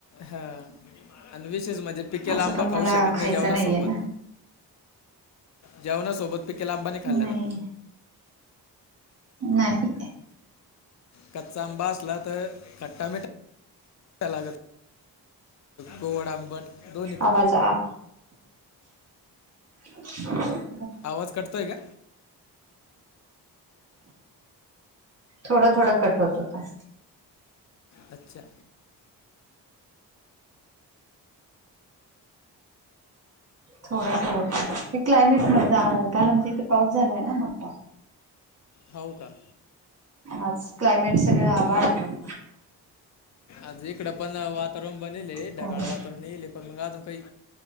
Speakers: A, on the left; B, on the right.
A: हा, आणि विशेष म्हणजे पिकेला
B: असं
A: आंबा
B: पण मला
A: खाऊ शकत नाही.
B: खायचं
A: जेवणासोबत.
B: नाहीये ना
A: जेवणा सोबत पिकेला आंबाने खाल्ला
B: नाही
A: जात.
B: नाही.
A: कच्चा आंबा असला तर खट्टा मिट्टा लागत. गोड आंबट दोन्ही
B: आवाज
A: पण.
B: आ <inaudible>
A: आवाज कटतोय का?
B: थोडा थोडा कट होत होता.
A: अच्छा.
B: थोडा थोडा ते क्लायमेटमुळे काल आमच्या इथे पाऊस झालाय ना मोठा.
A: होऊ का.
B: आज क्लायमेट सगळं आभाळ आलंय.
A: आज इकडं पण, वातावरण बनेलय
B: त्यामुळे
A: ढगाळ वातावरण येले. पण मग अजून काही